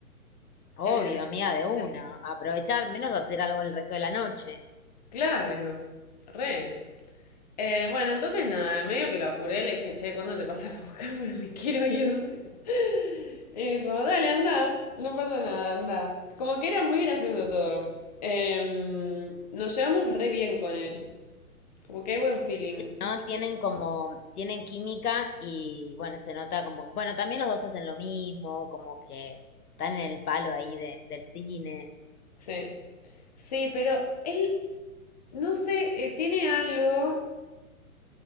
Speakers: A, on the left (about 30°); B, on the left (about 80°).
A: Eh,
B: Obvio, amiga de una. Aprovechar, menos hacer algo el resto de la noche.
A: claro, re. Eh, bueno, entonces nada, medio que lo apuré, le dije, che, ¿cuándo te pasan a buscar? <laughs> Porque me quiero ir. <laughs> Y dijo, dale, anda, no pasa nada, anda. Como que era muy gracioso todo. Em, nos llevamos re bien con él. Como que hay buen feeling.
B: ¿No? Tienen como, tienen química y bueno, se nota como, bueno, también los dos hacen lo mismo, como que están en el palo ahí de, del cine.
A: Sí. Sí, pero él no sé, eh, tiene algo